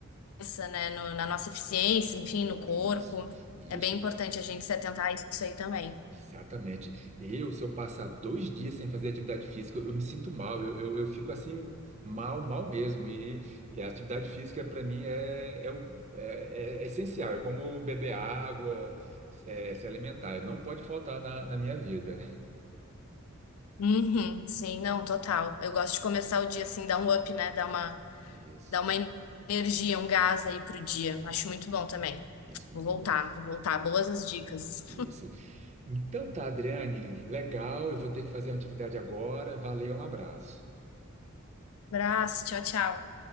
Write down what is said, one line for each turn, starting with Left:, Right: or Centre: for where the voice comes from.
Left: cabeça, né, no- na nossa eficiência, enfim, no corpo.
Right: Isso, isso.
Left: É bem importante a gente se atentar a isso aí também.
Right: Exatamente. Eu, se eu passar dois dias sem fazer atividade física, eu me sinto mal, eu, eu, eu fico assim, mal, mal mesmo. E, e a atividade física, para mim, é, é, um- é, é- é essencial. É como beber água, é, se alimentar. Não pode faltar na, na minha vida.
Left: Uhum, sim, não, total. Eu gosto de começar o dia assim, dar um up, né? Dar uma,
Right: Isso,
Left: dar uma energia, um gás aí pro dia. Acho muito bom também.
Right: isso, muito
Left: Vou voltar,
Right: bom.
Left: vou voltar. Boas as dicas.
Right: Isso. Então tá, Adriane, legal. Eu vou ter que fazer uma atividade agora. Valeu, um abraço.
Left: Abraço, tchau, tchau.